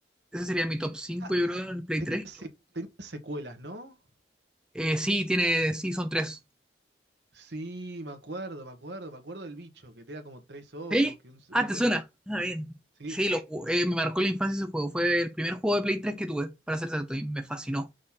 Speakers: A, in the centre; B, on the right.
A: Ese sería mi top cinco
B: Ah,
A: yo creo, en el Play
B: tenía,
A: 3.
B: se- tenía secuelas, ¿no?
A: Eh, sí, tiene, sí, son tres.
B: Sí, me acuerdo, me acuerdo, me acuerdo del bicho, que tenía como tres ojos,
A: Sí,
B: que un-
A: ah,
B: una
A: te
B: cosa.
A: suena. Ah, bien.
B: Sí,
A: Sí, lo ju- eh, me marcó la infancia ese juego. Fue el primer juego de Play 3 que tuve, para ser exacto, y me fascinó.